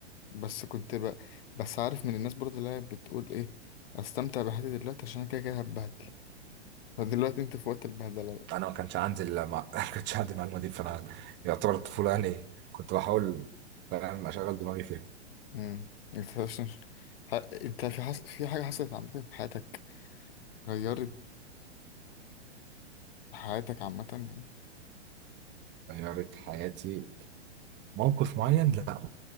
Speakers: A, on the left; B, on the right.
A: بس كنت ب... بس عارف من الناس برضه اللي هي بتقول ايه استمتع بحياتي دلوقتي عشان أنا كده كده هتبهدل فدلوقتي انت في وقت البهدله بقى
B: انا ما كانش عندي لا ما <laughs> ما كانش عندي المعلومه دي فانا يعتبر الطفوله يعني ايه كنت بحاول فاهم اشغل دماغي فيها
A: امم انت فاهمش- ح... انت في حص... في حاجه حصلت عامه في حياتك غيرت حياتك عامه يعني
B: غيرت حياتي موقف معين لا